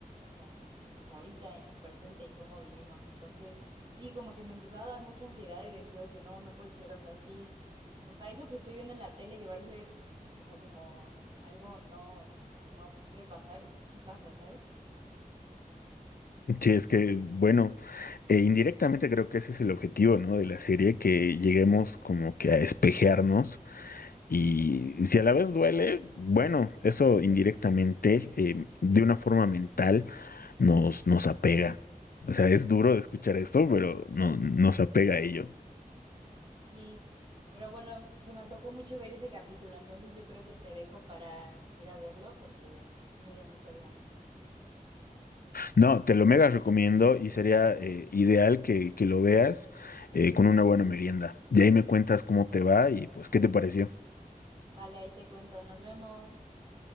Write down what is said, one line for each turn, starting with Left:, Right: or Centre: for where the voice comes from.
Right: o sea, en- pues ahorita en el presente y cómo vivimos. Entonces, sí, como que me empezaba a dar mucha ansiedad y decía de que no, no puede ser, o sea, sí, o sea, eso que estoy viendo en la tele que parece, o sea, como algo no, que no puede pasar, sí pasa, ¿sabes?
Left: Sí, es que, bueno, eh, indirectamente creo que ese es el objetivo, ¿no? De la serie, que lleguemos como que a espejearnos y si a la vez duele, bueno, eso indirectamente, eh, de una forma mental, nos, nos apega. O sea, es duro de escuchar esto, pero no, nos apega a ello.
Right: Sí, pero bueno, se me antojó mucho ver ese capítulo, entonces yo creo que te dejo para ir a verlo porque sí me dio muchas ganas.
Left: No, te lo mega recomiendo y sería eh, ideal que, que lo veas eh, con una buena merienda. De ahí me cuentas cómo te va y pues qué te pareció.
Right: Vale, ahí te cuento, nos vemos.